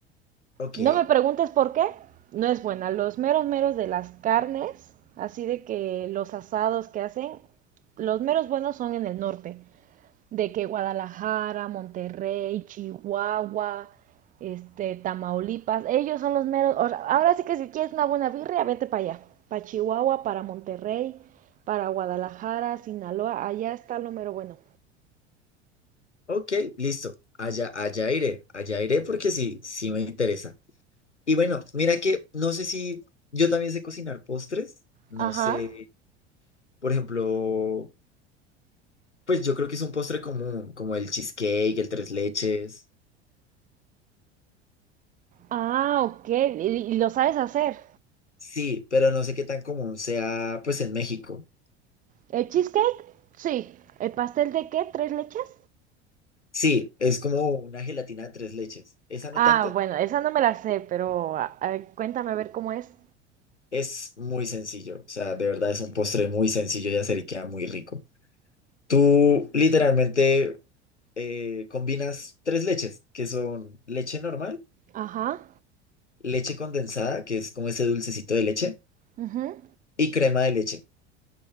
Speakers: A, on the left; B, on the right.
A: Ok,
B: No me preguntes por qué, no es buena. Los meros meros de las carnes, así de que los asados que hacen, los meros buenos son en el norte, de que Guadalajara, Monterrey, Chihuahua, este, Tamaulipas, ellos son los meros. o sea, ahora sí que si quieres una buena birria, vete para allá, para Chihuahua, para Monterrey, para Guadalajara, Sinaloa, allá está lo mero bueno.
A: ok, listo. Allá, allá iré, allá iré porque sí, sí me interesa. Y bueno, mira que no sé si yo también sé cocinar postres, no
B: Ajá.
A: sé, por ejemplo, pues yo creo que es un postre común, como el cheesecake, el tres leches.
B: Ah, ok. ¿Y y lo sabes hacer?
A: Sí, pero no sé qué tan común sea, pues en México.
B: ¿El cheesecake? Sí. ¿El pastel de qué? ¿Tres leches?
A: Sí, es como una gelatina de tres leches. Esa no
B: Ah,
A: tanto,
B: bueno, esa no me la sé, pero a- a cuéntame a ver cómo es.
A: es muy sencillo, o sea, de verdad es un postre muy sencillo de hacer y queda muy rico. Tú literalmente eh, combinas tres leches, que son leche normal
B: Ajá.
A: leche condensada, que es como ese dulcecito de leche,
B: Ujú.
A: y crema de leche.